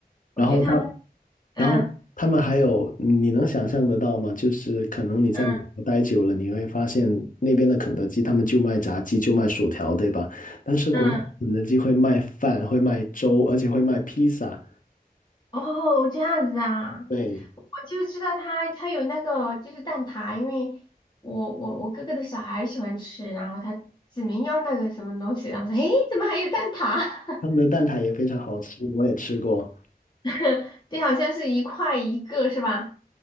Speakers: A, on the left (about 25°); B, on the left (about 55°).
A: 我觉得他们，
B: 然后他，
A: 嗯
B: 然后他们还有，你能想象得到吗？就是可能你在美国待久了，
A: 嗯
B: 你会发现那边的肯德基他们就卖炸鸡，就卖薯条，对吧？但是国内肯德基会卖饭，
A: 嗯，
B: 会卖粥，而且会卖披萨。
A: 哦，这样子啊，
B: 对，
A: 我就知道他他有那个就是蛋挞，因为我我我哥哥的小孩喜欢吃，然后他指明要那个什么东西，然后说，诶，怎么还有蛋挞？
B: 他们的蛋挞也非常好吃，我也吃过。
A: <laughs> 对，好像是一块一个是吧？